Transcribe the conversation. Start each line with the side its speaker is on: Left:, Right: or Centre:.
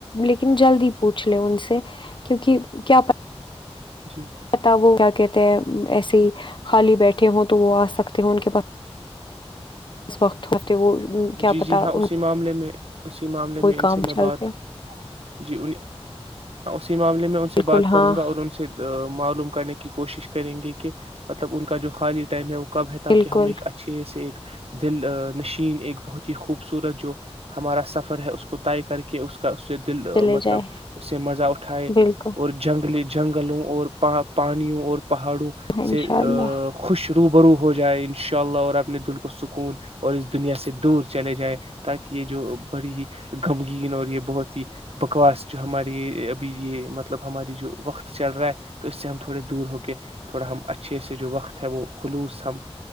Left: لیکن جلد ہی پوچھ لے ان سے کیونکہ کیا پ
Right: جی
Left: پ وہ کیا کہتے ہیں ایسے ہی خالی بیٹھے ہوں تو وہ آ سکتے ہوں ان کے پاس وقت ہوتے وہ کیا
Right: جی
Left: پتا
Right: جی ہاں
Left: ان
Right: اسی معاملے میں میں اسی معاملے
Left: کوئی
Right: میں ان
Left: کام
Right: سے میں
Left: چلتے
Right: بات جی انیں ہاں اس معاملے میں ان
Left: بالکل
Right: سے بات کروں
Left: ہاں
Right: گا اور ان سے معلوم کرنے کی کوشش کریں گے کہ مطلب ان کا جو خال تمیک کب ہے تاکہ
Left: بالکل
Right: ہم ایک اچھے سے ایک دل نشین ایک بہت ہی خوبصورت جو ہمارا سفر ہے اس کو طے کر کے اس کا سے دل
Left: چلے
Right: مطلب
Left: جائے
Right: اس سے مزہ اٹھائے
Left: بالکل
Right: اور جنگلی جنگلوں اور پا پانیوں اور پہاڑوں
Left: ہاں انشاء
Right: سے
Left: اللہ
Right: خوش شروبرو ہو جائے ان شاء اللہ اور اپنے دل کو سکون اور اس دنیا سے دور چلے جائے تاکہ یہ جو بڑی ہی گغمگین اور یہ بہت ہی بکواس جو ہماری ابھی یہ مطلب ہماری جو وقت چل رہا ہے تو اس سے ہم تھوڑے دور ہو کے تھوڑا ہم اچھے سے جو وقت ہے وہ خلوص ہم